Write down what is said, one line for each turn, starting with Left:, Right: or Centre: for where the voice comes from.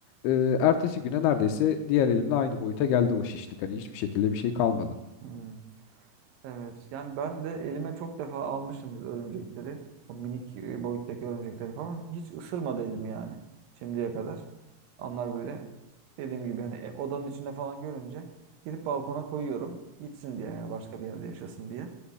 Left: e, ertesi güne neredeyse diğer elimle aynı boyuta geldi o şişlik. Hani hiçbir şekilde bir şey kalmadı.
Right: Hı. Evet. Yani ben de elime çok defa almışımdır örümcekleri. O minik e, boyuttaki örümcekleri falan. Hiç ısırmadı elimi yani şimdiye kadar. Onlar böyle dediğim gibi yani e, odanın içinde falan görünce gidip balkona koyuyorum. Gitsin diye yani başka bir yerde yaşasın diye.